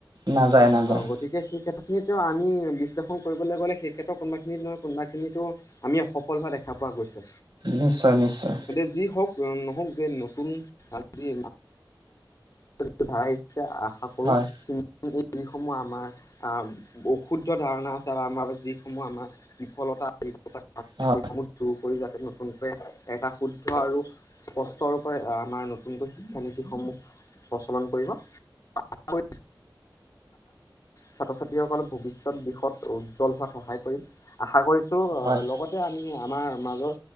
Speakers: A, on the right; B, on the left.
A: নাযায় নাযায়
B: অ, গতিকে সেই ক্ষেত্ৰতখিনিত কিয় আমি বিশ্লেষণ কৰিবলৈ গ'লে সেই ক্ষেত্ৰৰ কোনোবাখিনিত নহয় কোনোবাখিনিতো আমি সফল হোৱা দেখা পোৱা গৈছে।
A: নিশ্চয় নিশ্চয়
B: এতিয়া যি হওক নহওক যে নতুন আজিৰ ত ধ ইচছা আহ <inaudible> আশা কৰো
A: হয়
B: কি <unintelligible> এইসমূহ আমাৰ আ বহু অশুদ্ধ ধাৰণা আছে বা আমাৰ যিসমূহ আমাৰ বিফলতা সেইসমূহ
A: হয়
B: দূৰ কৰি যাতে নতুন <inaudible> হয় <unintelligible> এটা শুদ্ধ আৰু স্পষ্ট ৰূপৰে আমাৰ নতুনকৈ- শিক্ষা নীতিসমূহ প্ৰচলন কৰিব আৰু ছাত্ৰ-ছাত্ৰীসকল ভৱিষ্যত দিশত উজ্জ্বল হোৱাত সহায় কৰিম আশা কৰিছোঁ।
A: হয়
B: লগতে আমি আমাৰ মাজৰ